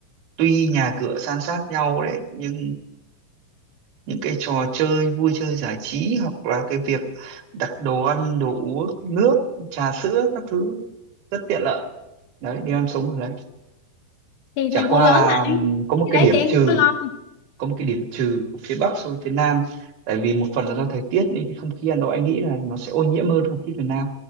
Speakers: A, on the right; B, on the left.
A: tuy nhà cửa san sát nhau đấy nhưng những cái trò chơi vui chơi giải trí hoặc là cái việc đặt đồ ăn đồ uống nước trà sữa các thứ rất tiện lợi đấy nếu em sống ở
B: thì
A: chả
B: thành phố
A: qua
B: lớn
A: là
B: mà
A: ừm,
B: anh
A: có một
B: cái
A: cái
B: đấy
A: điểm
B: thì em
A: trừ
B: cũng có lo
A: có một cái điểm trừ của phía Bắc so với phía Nam tại vì một phần là do thời tiết nên cái không khí Hà Nội anh nghĩ là nó sẽ ô nhiễm hơn không khí miền Nam